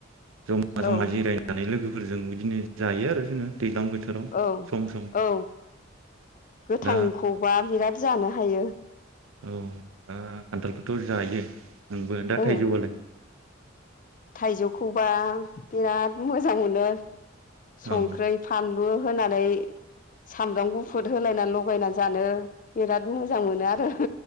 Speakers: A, on the right; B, on the left.
A: जमा जमा
B: औ
A: जिरायनानै लोगो फोरजों बिदिनो जायो आरो जोङो दैज्लां बोथोराव
B: औ
A: सम सम
B: औ गोथांखौबा
A: दा
B: बिराद जानो हायो
A: औ दा खान्थलखौथ' जायो नोंबो दा
B: ओ
A: थाइजौबालाय
B: थाइजौखौबा बिराद मोजां मोनो संख्रै
A: औ
B: फानलु होनानै सामब्राम गुफुर होलायना लगायना जानो बिराद मोजां मोनो आरो